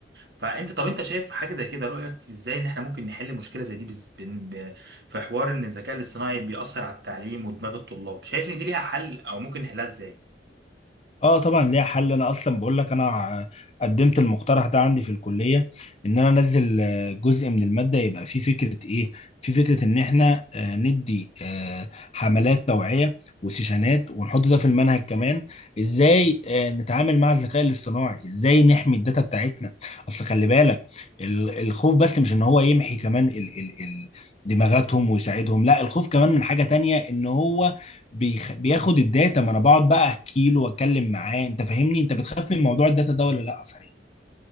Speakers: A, on the right; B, on the left.
A: فانت طب انت شايف حاجه زي كده رايك في ازاي ان احنا ممكن نحل مشكله زي دي بز... بن- ب... في حوار ان الذكاء الاصطناعي بيأثر على التعليم ودماغ الطلاب شايف ان دي ليها حل او ممكن نحلها ازاي
B: اه طبعا ليها حل انا اصلا بقول لك انا ع- قدمت المقترح ده عندي في الكليه ان انا انزل آه، جزء من الماده يبقى فيه فكره ايه في فكره ان احنا آه، ندي آه، حملات توعيه وسيشنات ونحط ده في المنهج كمان ازاي آه، نتعامل مع الذكاء الاصطناعي ازاي نحمي الداتا بتاعتنا اصل خلي بالك ال- الخوف بس مش ان هو يمحي كمان ال ال ال دماغاتهم ويساعدهم لا الخوف كمان من حاجه تانية ان هو بيخ... بياخد الداتا ما انا بقعد بقى احكي له واتكلم معاه انت فاهمني انت بتخاف من موضوع الداتا ده ولا لا صحيح